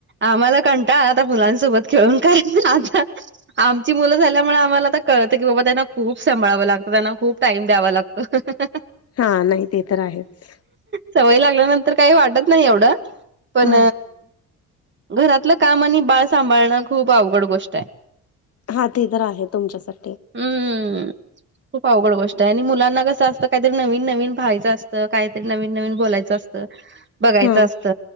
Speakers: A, on the right; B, on the left.
A: आम्हाला कंटाळा आता मुलांसोबत खेळून कायच आता आमची मुलं झाल्यामुळे आम्हाला आता कळतं की बाबा त्यांना खूप सांभाळावं लागतं, त्यांना खूप टाइम द्यावं लागतं. <inaudible>
B: हा नाही ते तर आहेच
A: सवय लागल्यानंतर काही वाटत नाही एवढं. पण
B: हा
A: घरातलं काम आणि बाळ सांभाळणं खूप अवघड गोष्ट आहे.
B: हा ते तर आहे तुमच्यासाठी.
A: हम्म. खूप अवघड गोष्ट आहे, आणि मुलांना कस असं काहीतरी नवीन, नवीन पहायचं असत काहीतरी नवीन नवीन बोलायचं च असतं. बघायचं
B: हा
A: असत